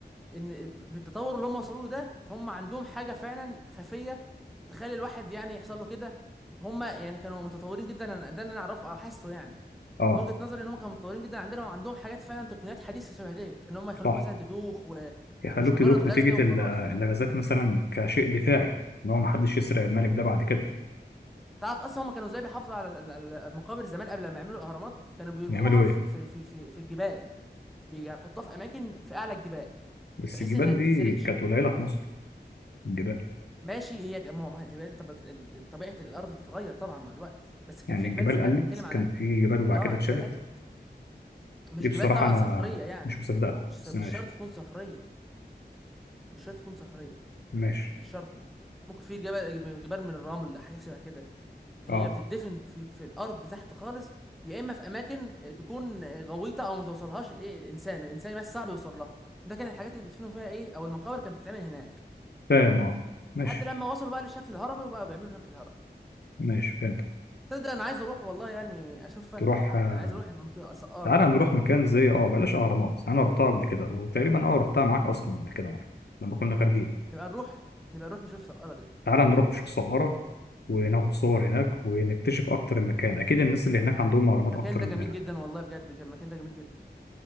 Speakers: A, in the centre; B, on the left.
A: ان بالتطور اللي هم وصلوا له ده فهم عندهم حاجه فعلا خفيه تخلي الواحد يعني يحصل له كده هم يعني كانوا متطورين جدا أنا- ده اللي انا اعرفه او حاسه يعني
B: اه
A: من وجهه نظري ان هم كانوا متطورين جدا عندنا وعندهم حاجات فعلا تقنيات حديثه شبه ديت ان هم يخلوك
B: صح
A: مثلا تدوخ ومش
B: يخلوك
A: مجرد
B: تدوخ
A: غاز
B: نتيجه
A: كده وخلاص
B: ال- الغازات
A: يعني
B: مثلا كشيء دفاعي ان هو محدش يسرق الملك ده بعد كده
A: تعرف اصلا هم كانوا ازاي بيحافظوا على ال- ال- المقابر زمان قبل ما يعملوا الاهرامات كانوا بيرموها
B: يعملوا
A: في
B: ايه
A: في في في, في الجبال بيحطوها في اماكن في اعلى الجبال
B: بس
A: بحيث
B: الجبال
A: ان
B: دي
A: ما تتسرقش
B: كانت قليله في مصر الجبال
A: ماشي هي ما- ما- هي- طب ال- طبيعه الارض بتتغير طبعا مع الوقت بس كان
B: يعني
A: في
B: الجبال
A: جبال زمان
B: قلت
A: انا بتكلم على
B: كان في جبال وبعد
A: اه
B: كده
A: الجبال
B: اتشالت
A: قلت مش
B: دي بصراحة
A: جبال طبعا
B: أنا
A: صخريه يعني
B: مش مصدقها
A: مش
B: بس
A: س- مش
B: ماشي
A: شرط تكون صخريه مش شرط تكون صخريه
B: ماشي
A: مش شرط يعني ممكن في جبال جبال من الرمل حاجات شبه كده هي
B: أه
A: بتدفن في, في الارض تحت خالص يا اما في اماكن آه، تكون غويطه او ما توصلهاش الايه الانسان الانسان بس صعب يوصل لها ده كان الحاجات اللي بيدفنوا فيها ايه او المقابر كانت بتتعمل هناك
B: فاهم أه ماشي
A: لحد لما وصلوا بقى للشكل الهرمي وبقى بيعملوا شكل الهرم
B: ماشي فهمت
A: تصدق انا عايز اروح والله يعني اشوفها
B: تروح آه،
A: انا عايز اروح المنطقه سقاره
B: تعالى نروح مكان زي أه بلاش أهرامات أنا رحتها قبل كده وتقريبا أه رحتها معاك أصلا قبل كده مرة لما كنا خارجين
A: نبقى نروح نبقى نروح نشوف سقاره دي
B: تعالى نروح نشوف السقارة وناخد صور هناك ونكتشف أكتر المكان أكيد الناس اللي هناك عندهم أهرامات
A: المكان
B: أكتر
A: ده
B: مننا
A: جميل جدا والله بجد كان المكان ده جميل جدا